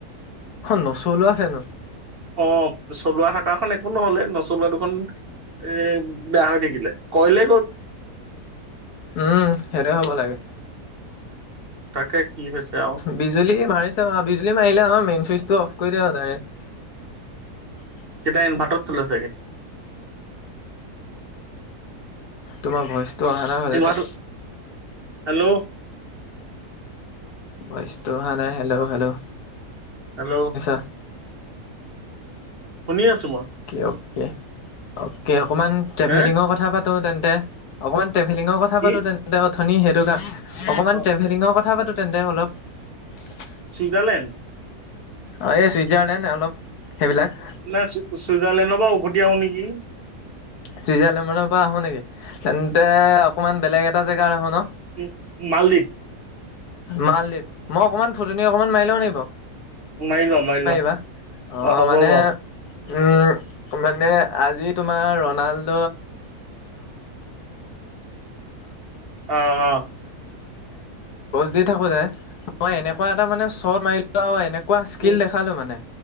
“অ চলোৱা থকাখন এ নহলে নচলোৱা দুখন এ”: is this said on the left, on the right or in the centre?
Right